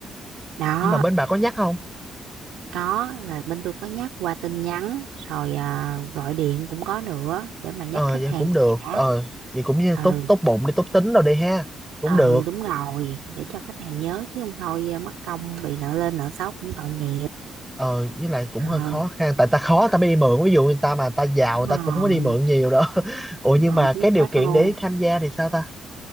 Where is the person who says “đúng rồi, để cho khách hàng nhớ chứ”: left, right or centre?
Right